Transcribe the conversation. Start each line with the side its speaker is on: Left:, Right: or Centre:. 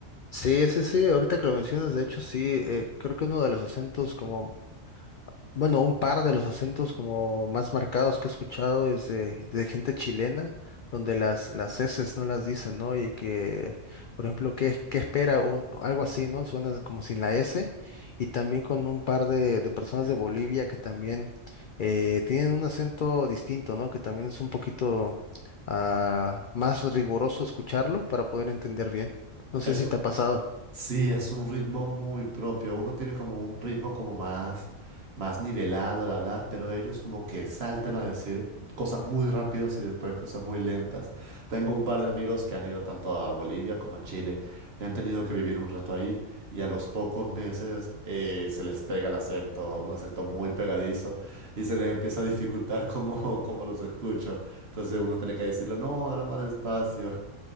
Left: Sí, sí, sí, ahorita que lo mencionas, de hecho, sí, eh, creo que uno de los acentos como Bueno, un par de los acentos como más marcados que he escuchado es de, de gente chilena, donde las, las eses no las dicen, ¿no? Y que, por ejemplo, ¿qué, qué espera? Un, algo así, ¿no? Suena como sin la S. Y también con un par de, de personas de Bolivia que también eh, tienen un acento distinto, ¿no? Que también es un poquito ah, más riguroso escucharlo para poder entender bien. No sé
Right: Es,
Left: si te ha pasado.
Right: Sí, es un ritmo muy propio. Uno tiene como un ritmo como más, más nivelado al hablar, pero ellos como que saltan a decir cosas muy rápidas y después cosas muy lentas. Tengo un par de amigos que han ido tanto a Bolivia como a Chile y han tenido que vivir un rato ahí y a los pocos meses eh, se les pega el acento, un acento muy pegadizo y se les empieza a dificultar <laughs> como, como los escucho. Entonces uno tiene que decirlo, no, habla más despacio.